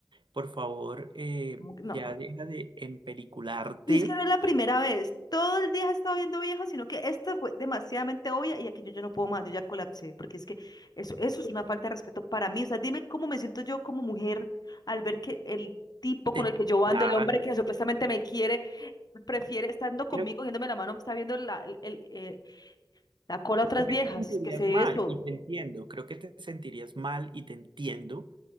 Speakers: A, on the right; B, on the left.
A: Por favor, eh,
B: ¿Cómo que No.
A: ya deja de empelicularte.
B: Y es que no es la primera vez. Todo el día he estado viendo viejas, sino que esta fue demasiadamente obvia y aquí yo, yo no puedo más, yo ya colapsé, porque es que eso, eso es una falta de respeto para mí. O sea, dime cómo me siento yo como mujer al ver que el tipo
A: Te...
B: con el que yo
A: Claro,
B: ando, el hombre que supuestamente me quiere, prefiere estando conmigo,
A: creo,
B: cogiéndome la mano, me está viendo la, el- el, eh, la cola a otras
A: creo que
B: viejas.
A: te sentirías
B: ¿Qué es
A: mal
B: eso?
A: y te entiendo. Creo que te sentirías mal y te entiendo.